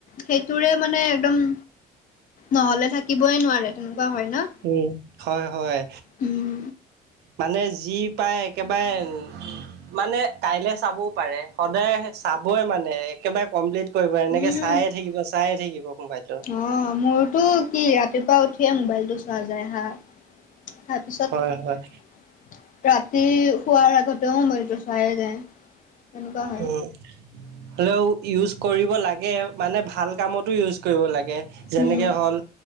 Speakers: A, on the left; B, on the right.
A: সেইটোৰে মানে একদম নহ'লে থাকিবই নোৱাৰে তেনেকুৱা হয় ন?
B: উম হয়, হয়।
A: উম
B: মানুহে যি পায় একেবাৰে মানে কাইলে চাবও পাৰে, সদায় চাবই মানে একেবাৰে কমপ্লিট কৰিব এনেকে
A: উম
B: চায়ে থাকিব চায়ে থাকিব মবাইলটো।
A: অ মোৰতো কি ৰাতিপুৱা উঠিয়ে মোবাইলটো চোৱা যায় হা। তাৰ পিছত
B: হয় হয়
A: ৰাতি শোৱাৰ আগতেও মবাইলটো চোৱায়ে যায়। তেনেকুৱা হয়
B: উম। হ'লেও ইউজ কৰিব লাগে। মানে ভাল কামতো ইউজ কৰিব লাগে। যেনেকে
A: উম
B: হ'ল